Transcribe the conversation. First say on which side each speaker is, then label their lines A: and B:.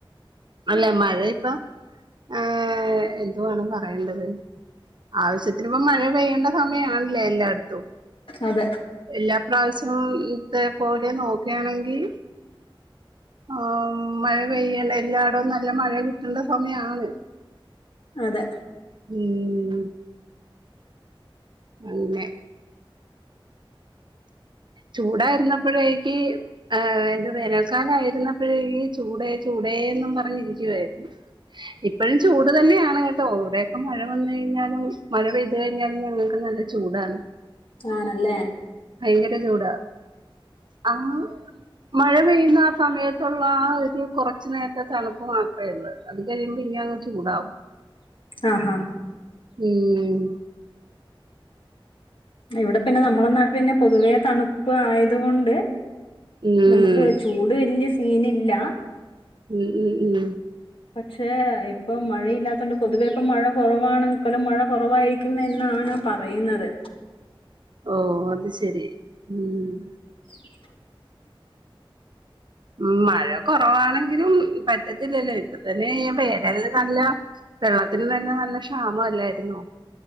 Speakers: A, on the right (about 55°); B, on the left (about 70°).
A: അല്ല മഴ ഇപ്പം ഏഹ് എന്തുവാണ് പറയണ്ടത് ആവശ്യത്തിന് ഇപ്പ മഴ പെയ്യേണ്ട സമയണല്ലേ എല്ലായിടത്തും
B: അതെ
A: എല്ലാ പ്രാവശ്യവും ത്തേ പോലെ നോക്കുക ആണെങ്കിൽ ആഹ് മഴ പെയ്യല്ലേ എല്ലായിടവും നല്ല മഴ കിട്ടേണ്ട സമയാണ്
B: അതെ
A: ഉം അങ്ങനെ ചൂടായിരുന്നപ്പൊഴേക്ക് ആഹ് ഇത് വേനൽക്കാലായിരിന്ന പ്പയീ ചൂടെ ചൂടെ ന്നും പറഞ്ഞ് ഇക്കുവായിരുന്നു ഇപ്പഴും ചൂട് തന്നെ ആണ് കേട്ടോ ഇവിടെ ഒക്കെ മഴ വന്നു കഴിഞ്ഞാലും മഴ പെയ് തു കഴിഞ്ഞാലും ഞങ്ങൾക്ക് നല്ല ചൂടാണ്
B: ആണല്ലേ
A: ഭയങ്കര ചൂടാ ആഹ് മഴ പെയ്യുന്ന ആ സമയത്തുള്ള ആ ഒരു കൊറച്ച് നേരത്തെ തണുപ്പ് മാത്രമേ ഒള്ള് അത് കഴിയുമ്പോ പിന്നെ അങ്ങ് ചൂടാവും
B: ആഹ് ഹാ
A: ഉം
B: ഇവിടെ പിന്നെ നമ്മളെ നാട് പിന്നെ പൊതുവേ തണുപ്പ് ആയത് കൊണ്ട്
A: ഉം
B: നമുക്ക് ചൂ ചൂട് വെല്യ സീൻ ഇല്ല
A: മ് ഉം ഉം
B: പക്ഷേ ഇപ്പം മഴയില്ലാത്ത കൊണ്ട് പൊതുവെ ഇപ്പ മഴ കൊറവാണ് നിക്കൊല്ലം മഴ കൊറവായി ക്യുമെന്നാണ് പറയുന്നത്
A: ഓ അത് ശരി ഉം
B: <inaudible>
A: ഉം മഴ കുറവാണെങ്കിലും പറ്റത്തില്ലല്ലോ ഇപ്പ തന്നെ വേനലിൽ നല്ല വെള്ളത്തിന് തന്നെ നല്ല ക്ഷാമല്ലായിരുന്നോ